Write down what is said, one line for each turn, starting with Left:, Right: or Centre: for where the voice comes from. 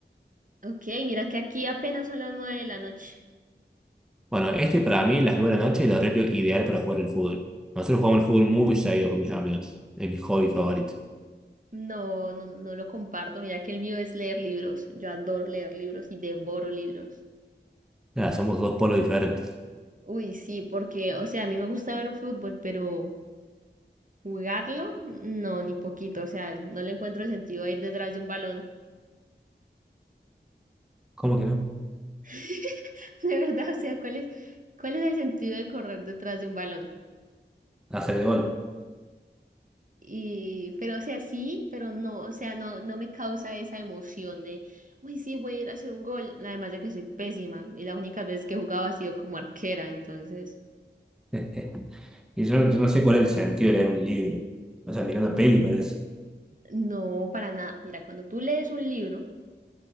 Right: Ok, mira que aquí apenas son las 9 de la noche.
Centre: Bueno, este para mí, las nueve de la noche, es el horario ideal para jugar el fútbol. Nosotros jugamos el fútbol muy seguido con mis amigos. Es mi hobby favorito.
Right: No, no, no lo comparto. Mira que el mío es leer libros. Yo adoro leer libros y devoro libros.
Centre: Nada, somos dos polos diferentes.
Right: Uy, sí, porque, o sea, a mí me gusta ver fútbol, pero jugarlo, no, ni poquito. O sea, no le encuentro el sentido a ir detrás de un balón.
Centre: ¿Cómo que no?
Right: <laughs> De verdad, o sea, ¿cuál es, cuál es el sentido de correr detrás de un balón?
Centre: Hacer el gol.
Right: Y, pero, o sea, sí, pero no, o sea, no, no me causa esa emoción de, uy, sí, voy a ir a hacer un gol. Además de que soy pésima y las únicas veces que he jugado ha sido como arquera, entonces,
Centre: <laughs> Y yo, yo no sé cuál es el sentido de leer un libro. O sea, mirar una peli parece.
Right: no, para nada. Mira, cuando tú lees un libro,